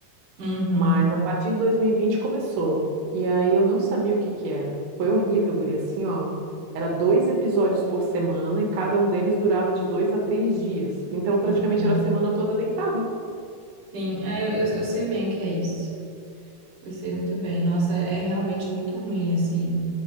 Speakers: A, on the right; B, on the right.
A: Uhum.
B: Mas a partir de 2020 começou. E aí eu não sabia o que que era. Foi horrível, guria. Assim, ó. Era dois episódios por semana e cada um deles durava de dois a três dias. Então praticamente
A: Uhum.
B: era a semana toda deitada.
A: Sim, é, eu, eu, eu sei bem o que é isso. Eu sei muito bem. Nossa, é realmente muito ruim, assim.